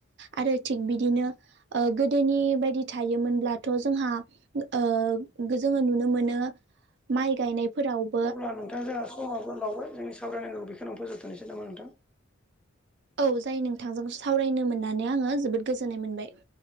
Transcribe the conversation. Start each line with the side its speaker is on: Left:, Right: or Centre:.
Right: आरो थिग बिदिनो ओ गोदोनि बायदि थायोमोनब्लाथ' जोंहा ओ जोङो नुनो मोनो माइ गायनायफोराव
Centre: अब्ला नोंथां जोंहा समाबो लावबाय जोंनि सावरायनांगौ बेखिनियावनो फोजोबथ'नोसै नामा नोंथां।
Right: औ जायो नोंथांजों सावरायनो मोननानै आङो जोबोद गोजोननाय मोनबाय।